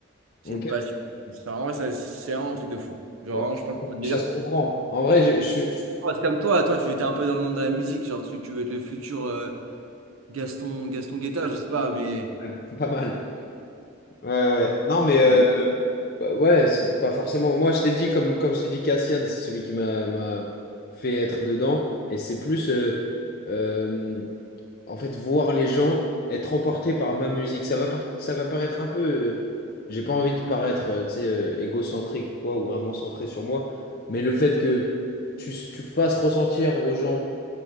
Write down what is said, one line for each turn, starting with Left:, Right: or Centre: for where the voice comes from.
Right: C'est
Left: Ok.
Right: une passion. Ça, en vrai, ça- c'est vraiment un truc de fou. Genre,
Left: Oh,
Right: vraiment, je sais pas comment dire.
Left: Ça se comprend. En vrai, je, je-
Right: Ouais. C'est comme toi, toi, tu étais un peu dans le monde de la musique. Genre, tu, tu veux être le futur euh, Gaston, Gaston Guetta, je sais pas, mais.
Left: je- ouais, pas mal. Ouais, ouais. ouais. Non, mais euh,
Right: euh,
Left: bah, ouais, c'est pas forcément. Moi, je t'ai dit, comme, comme je t'ai dit, Cassian, c'est celui qui m'a m'a fait être dedans. Et c'est plus, euh, euh, en fait, voir les gens être emportés par ma musique. Ça va, par- ça va paraître un peu. euh, j'ai pas envie de paraître, euh, tu sais, euh, égocentrique ou quoi, ou vraiment centré sur moi. Mais le fait que tu, tu fasses ressentir aux gens